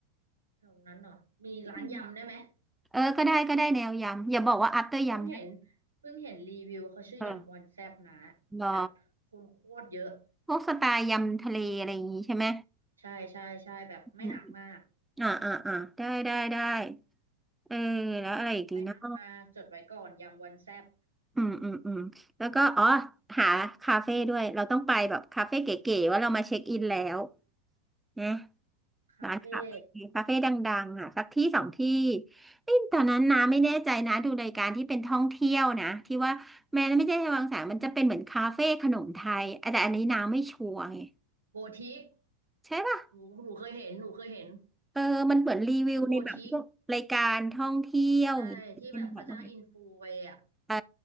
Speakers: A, on the right (about 75°); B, in the centre.
A: แถวนั้นหน่อยมีร้านยำได้ไหม
B: อืมเออก็ได้ก็ได้แนวยำอย่าบอกว่า after
A: เพิ่งเห็น
B: ยำนะ
A: เพิ่งเห็นรีวิวเขาชื่อยำวอนแซบนะ
B: คอะรอ
A: แบบคนโคตรเยอะ
B: พวกสไตล์ยำทะเลอะไรอย่างงี้ใช่ไหม
A: ใช่ใช่ใช่แบบไม่หนักมาก
B: อืมอ่าอ่าอ่าได้ได้ได้เออแล้วอะไรอีกดีเนาะ
A: ไม่หนักมากจดไว้ก่อนยำวอนแซบ
B: อืมอืมอืมแล้วก็อ๋อหาคาเฟ่ด้วยเราต้องไปแบบคาเฟ่เก๋ๆว่าเรามาเช็คอินแล้วนะ
A: คาเฟ่
B: ร้านคาเฟ่คาเฟ่ดังๆอ่ะสักที่สองที่เอ้ยตอนนั้นน้าไม่แน่ใจนะดูรายการที่เป็นท่องเที่ยวนะที่ว่าแม้ไม่ใช่วังสามมันจะเป็นเหมือนคาเฟ่ขนมไทยอ่ะแต่อันนี้น้าไม่ชัวร์ไง
A: โบทิก
B: ใช่ป่ะ
A: หนูหนูเคยเห็นหนูเคยเห็น
B: เออมันเหมือนรีวิวในแบบพวกรายการท่องเที่ยวอย่างงี้เป็นแบบว่า
A: ชื่อโบทิกใช่ที่แบบเขาจ้างอินฟูไปอ่ะ
B: เออ